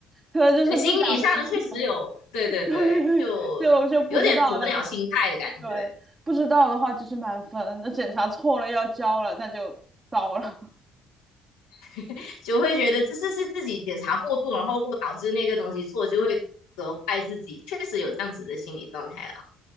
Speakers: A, on the right; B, on the left.
A: 可能就是不想知道，
B: 对，心理上确实有，对对对，
A: <laughs>
B: 就有点鸵鸟心态的感觉，
A: 就就不知道，那就是对，不知道的话就是满分，那检查错了要交了，那就糟了。
B: <laughs> 就会觉得这是是自己检查过度，然后过导致那个东西错，就会责怪自己，确实有这样子的心理状态了。